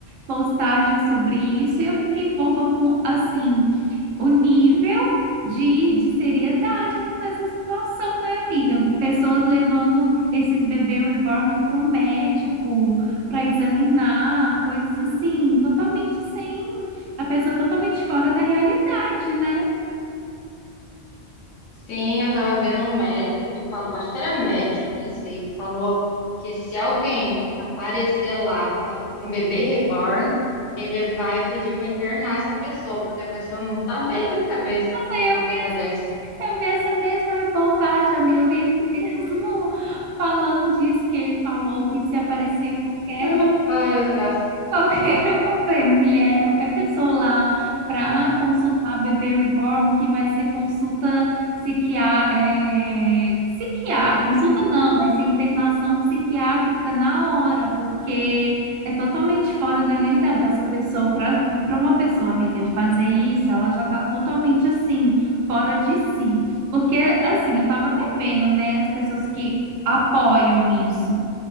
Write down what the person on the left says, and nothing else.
Sim, eu tava vendo um médico que falou, acho que era médico, nem sei, que falou que se alguém aparecer lá fala- com um bebê reborn, ele vai pedir pra internar essa pessoa, porque a pessoa não tá bem na cabeça pra fazer
uma coisa dessa.
<laughs> Ai, olha que graça.